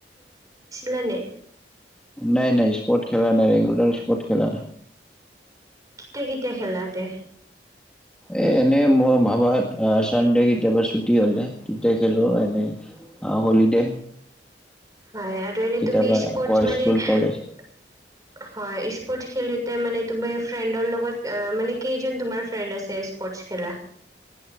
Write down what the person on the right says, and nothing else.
লানে
কেতিয়া কেতিয়া খেলা তে?
হয়, আৰু এনে
তুমি স্পৰ্টছ
মানে
হয়
স্পৰ্ট খেলি মানে তুমি ফ্ৰেণ্ডৰ লগত, মানে কেইজন তোমাৰ ফ্ৰেণ্ড আছে স্পৰ্টছ খেলা?